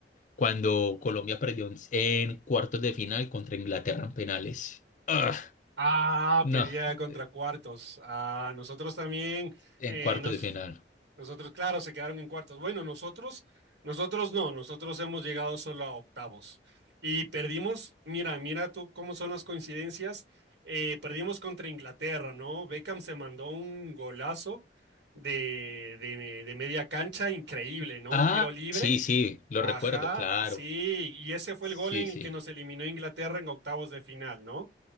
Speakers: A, on the left; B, on the right.
A: cuando Colombia perdió en, en cuartos de final contra Inglaterra en penales. Ah,
B: Ah,
A: no,
B: pelea contra
A: eh,
B: cuartos. Ah, nosotros también,
A: en
B: eh,
A: cuartos
B: nos,
A: de final.
B: nosotros, claro, se quedaron en cuartos. Bueno, nosotros, nosotros no, nosotros hemos llegado solo a octavos. Y perdimos, mira, mira tú cómo son las coincidencias. Eh, perdimos contra Inglaterra, ¿no? Beckham se mandó un golazo de, de, de media cancha, increíble, ¿no?
A: Ah,
B: Un tiro libre.
A: sí, sí, lo
B: Ajá,
A: recuerdo, claro.
B: sí, y ese fue
A: Sí,
B: el gol en
A: sí,
B: el que nos eliminó Inglaterra en octavos de final, ¿no?